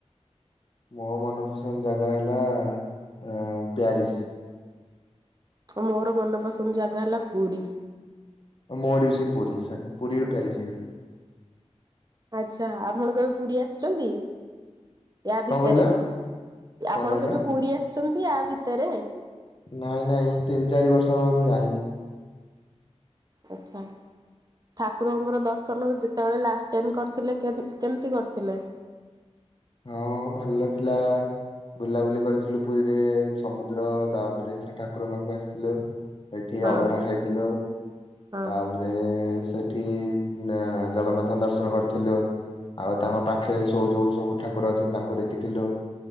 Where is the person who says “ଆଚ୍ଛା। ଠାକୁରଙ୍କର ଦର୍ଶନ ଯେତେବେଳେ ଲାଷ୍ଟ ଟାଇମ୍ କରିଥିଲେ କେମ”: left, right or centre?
Right